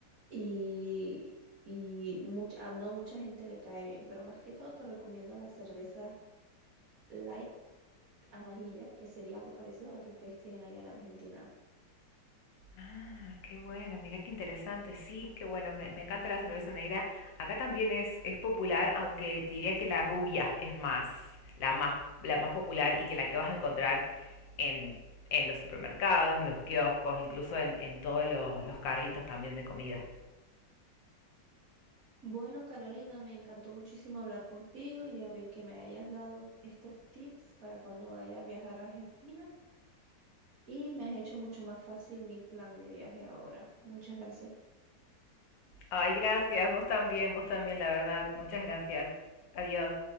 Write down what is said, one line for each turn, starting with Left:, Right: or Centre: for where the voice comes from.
Right: y y mucha, a no mucha gente le cae bien, pero más que todo te recomiendo las cervezas light amarilla, que sería algo parecido a la que ustedes tienen allá en Argentina.
Left: Ah, qué bueno, mira qué interesante. Sí, qué bueno, me, me encanta la cerveza negra. Acá también es, es popular, aunque diría que la rubia es más, la más, la más popular y que la que vas a encontrar en, en los supermercados, en los kioscos, incluso en, en todos los, los carritos también de comida.
Right: Bueno, Carolina, me encantó muchísimo hablar contigo y a ver que me hayas dado estos tips para cuando vaya a viajar a Argentina y me has hecho mucho más fácil mi plan de viaje ahora. Muchas gracias.
Left: Ay, gracias, vos también, vos también, la verdad. Muchas gracias. Adiós.